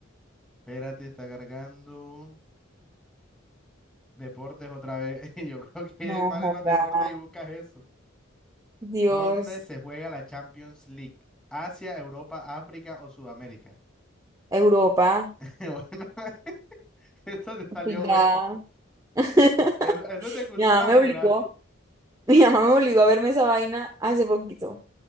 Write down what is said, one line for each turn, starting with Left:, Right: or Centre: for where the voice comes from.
Centre: espérate, está cargando. Deportes otra vez. <laughs> Yo creo que
Right: No,
Centre: es mal
Right: joda.
Centre: en los deportes y buscas eso.
Right: Dios,
Centre: ¿Dónde se juega la Champions League? ¿Asia, Europa, África o Sudamérica?
Right: Europa,
Centre: <laughs> Bueno, <laughs> esto te salió
Right: cuidado.
Centre: bueno.
Right: <laughs>
Centre: Es- Eso es de cultura
Right: Mi mamá me
Centre: general.
Right: obligó, <laughs> mi mamá me obligó a verme esa vaina hace poquito.